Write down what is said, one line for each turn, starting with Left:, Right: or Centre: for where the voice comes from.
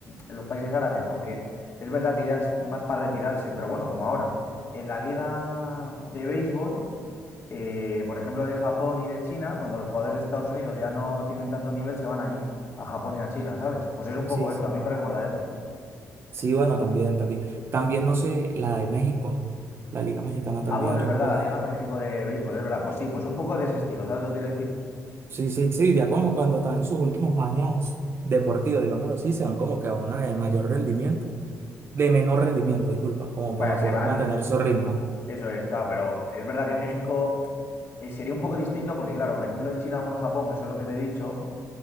Left: en los países árabes, aunque es verdad que ya es más para retirarse, pero bueno, como ahora. En la liga de béisbol, eh, por ejemplo, de Japón y de China, cuando los jugadores de Estados Unidos ya no tienen tanto nivel, se van allí, a Japón y a China, ¿sabes? Pues es un
Right: sí,
Left: poco esto,
Right: sí.
Left: a mí me recuerda a eso.
Right: Sí, bueno, también, también. También, no sé, la de México, la Liga Mexicana también
Left: Ah, bueno, es
Right: recoge.
Left: verdad, la Liga México de béisbol, es verdad. Pues sí, pues un poco de ese estilo, ¿sabes lo que quiero decir?
Right: Sí, sí, sí, ya como cuando están en sus últimos años deportivos, digámoslo así, se van como que a una de mayor rendimiento, de menor rendimiento, disculpa, como
Left: Vale,
Right: para
Left: se
Right: poder
Left: van,
Right: mantener su ritmo.
Left: eso es, claro, pero es verdad que México eh, sería un poco distinto porque, claro, por ejemplo, en China o en Japón, que eso es lo que te he dicho,